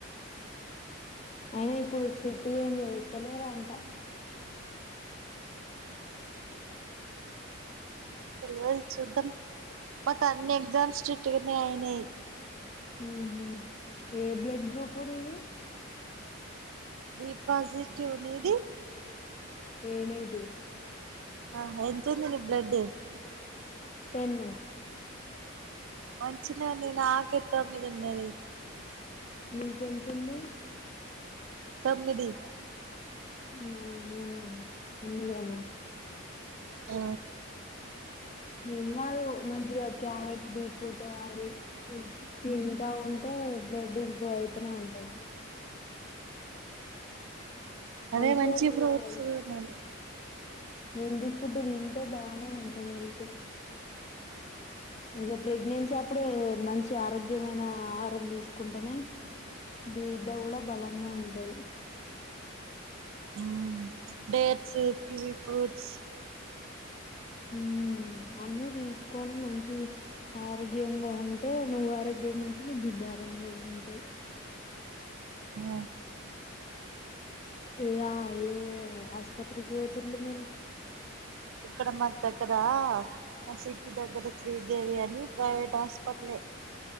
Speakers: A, on the left; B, on the right.
A: అయినా ఇప్పుడు స్ట్రిట్గా ఏం చేస్తలేరు అంతా
B: ఏమో తెలవది చూద్దాం మాకు అన్ని ఎగ్జామ్స్ స్ట్రిక్ట్ గానే అయినయ్
A: ఉహు ఏ బ్లడ్ గ్రూపు నీది
B: బి పాజిటివ్ నీది
A: ఏ నెగటివ్
B: ఆహా ఎంతుంద్ది నీ బ్లడ్డు
A: టెన్
B: వాల్ చిన్నోంది నాకె తొమ్మిది ఉన్నది
A: మీకెతుంది
B: తొమ్మిది
A: నే నేను నువ్వేనా
B: ఓ
A: ఏం కాదు మంచిగా క్యారెట్ బీట్రూట్ అది తింటా ఉంటే బ్లడ్ ఇంప్రూవ్ అయితేనే ఉంటాది
B: అదే
A: మంచిగా
B: మంచి
A: తిను
B: ఫ్రూట్స్
A: హెల్త్
B: నను
A: హెల్తీ ఫుడ్ తింటే బానే ఉంటది హెల్త్ ఇంగ ప్రెగ్నెన్సీ అప్పుడు ఊ మంచి ఆరోగ్యమైన ఆహారం తీసుకుంటనే బిడ్డ కూడా బలంగా ఉంటది
B: ఊ డేట్స్ ఉ కివి ఫ్రూట్స్
A: ఊ ఊ అన్ని తీసుకొని మంచి ఆరోగ్యంగా ఉంటే నువ్వు ఆరోగ్యంగా ఉంటే ని బిడ్డ తరంగే ఉంటది
B: ఆ
A: ఏయా ఏ ఆస్పత్రికి పోతుండ్లు మీరు
B: ఇక్కడ మాకు దగ్గరా మా సిటీ దగ్గర శ్రీదేవి అని ప్రైవేట్ హాస్పిటల్ ఏ